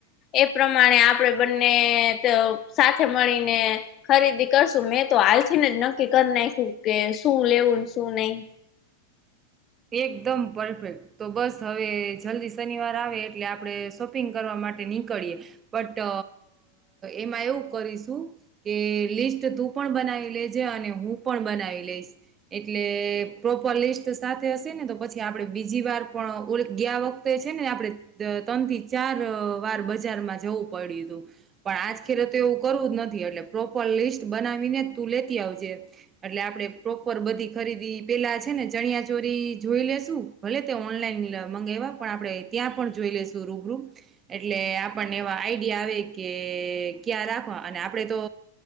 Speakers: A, on the left (about 35°); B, on the right (about 25°).
A: એ પ્રમાણે આપડે બંને સાથે મળીને ખરીદી કરશું મેં તો હાલથીને જ નક્કી કરી નાખ્યું કે શું લેવુ એવું શું નહી
B: એકદમ પરફેક્ટ તો બસ હવે જલ્દી શનિવાર આવે એટલે આપડે શોપિંગ કરવાવામાં માટે નીકળ બટ એમાં એવું કરીશું કે લિસ્ટ તું પણ બનાવી લેજે અને હું પણ બનાવી લઈશ એટલે પ્રોપર લિસ્ટ સાથે હશે ને તો પછી આપડણે બીજી વાર પણ ઓ ગયા વખતે છે ને આપણે ત્રણ થી ચાર તો વાર બજારમાં જવું પડ્યું હતું પણ આજ ખેરે તો એવું કરવું જ નથી એટલે પ્રોપર લિસ્ટ બનાવીને તું લેતી આવજે એટલે આપડે પ્રોપર બધી ખરીદી પેલા છે ને ચણિયા ચોરી જોઈ લેશું ભલે તે ઓનલાઈન મંગાવવા પણ આપણેે ત્યાં પણ જોઈ લેશું રૂબરૂ એટલે આપણને એવા આઈડિયા આવે કે ક્યાં રાખવા અને આપડે તો